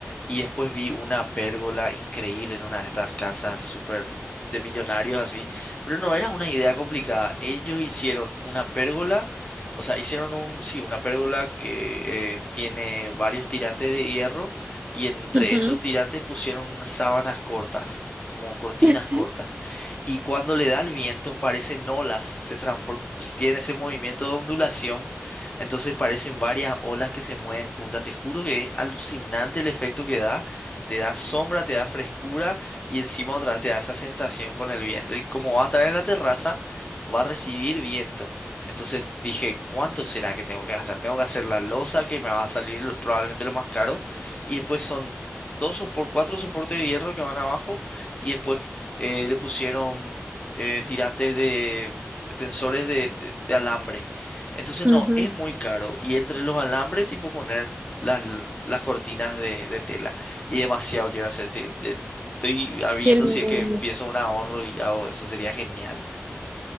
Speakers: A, on the left (about 25°); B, on the right (about 30°).
A: y después vi una pérgola increíble en una de estas casas súper de millonarios así, pero no era una idea complicada. Ellos hicieron una pérgola o sea, hicieron un, sí, una pérgola que eh, tiene varios tirantes de hierro y entre
B: Ujú,
A: esos tirantes pusieron unas sábanas cortas, como cortinas
B: <laughs>
A: cortas. Y cuando le da el viento parecen olas, se transform- tiene ese movimiento de ondulación, entonces parecen varias olas que se mueven juntas. Te juro que es alucinante el efecto que da. Te da sombra, te da frescura y encima otra vez te da esa sensación con el viento. Y como va a estar en la terraza, va a recibir viento. Entonces dije, ¿cuánto será que tengo que gastar? Tengo que hacer la losa que me va a salir lo- probablemente lo más caro. Y después son dos por cuatro soportes de hierro que van abajo. Y después eh, le pusieron eh, tirantes de mm, tensores de, de- de alambre. Entonces
B: ujú.
A: no, es muy caro. Y entre los alambres, tipo poner las, l- las cortinas de, de tela. Y demasiado quiero hacer. te- te- estoy viendo
B: Qué lindo.
A: si es que empiezo un ahorro y hago eso. Sería genial.